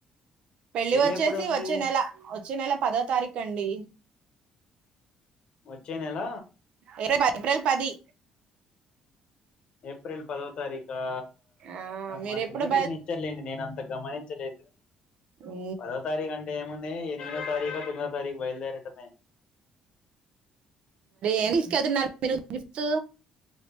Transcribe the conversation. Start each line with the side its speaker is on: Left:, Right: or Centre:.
Right: పెళ్లి
Left: పెళ్ళి
Right: వచ్చేసి
Left: ఎప్పుడు ఉంది
Right: వచ్చే నెల్ వచ్చ నెల పదో తారీఖ అండి
Left: వచ్చే నెల
Right: ఏ ఏప్రిల్ పది
Left: ఏప్రిల్ పదో తారీఖా
Right: ఆ మీరు
Left: మాకు
Right: ఎప్పుడు
Left: ఇన్విటేషన్ ఇచ్చర్లేండి. నేను అంత గమనించలేదు.
Right: ఓ
Left: పదో తారీఖు అంటే ఏముంది. ఎనిమిదో తారీఖు తొమ్మిదో తారీఖు బయలుదేరటమే.
Right: ఏ తీసుకెలుతున్నారు మీ గిఫ్ట్